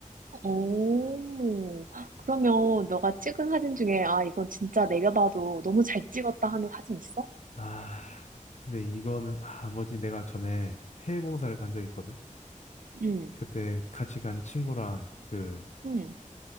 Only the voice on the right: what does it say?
오, 그러면 너가 찍은 사진 중에, 아, 이건 진짜 내가 봐도 너무 잘 찍었다 하는 사진 있어?
응,
응,